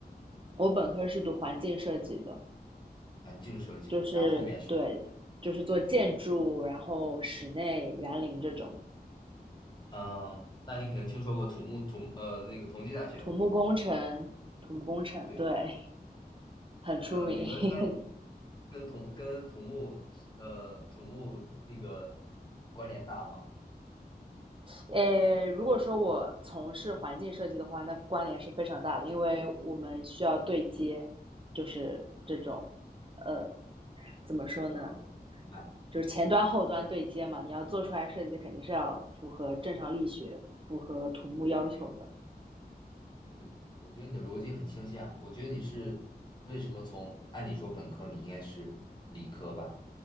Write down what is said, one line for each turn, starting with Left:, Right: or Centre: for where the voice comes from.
Right: 我本科是读环境设计的，
Left: 环境设计，
Right: 就是对，
Left: 然后后面是
Right: 就是做建筑，然后室内园林这种
Left: 嗯，呃，那你肯定听说过土木土呃那个同济大学，
Right: 土木工程，土木工程对，
Left: 对，
Right: 很出名。
Left: 呃，你们那
Right: <laughs>
Left: 跟土跟土木呃土木那个关联大吗？
Right: 呃，如果说我从事环境设计的话，那关联是非常大的，因为我们需要对接，就是这种，呃，怎么说呢？
Left: 啊，明白，
Right: 就是前端后端对接嘛，你要做出来设计，肯定是要符合正常力学、符合土木要求的。
Left: 对对对，对，我觉得你的逻辑很清晰啊。我觉得你是为什么从按理说本科你应该是理科吧，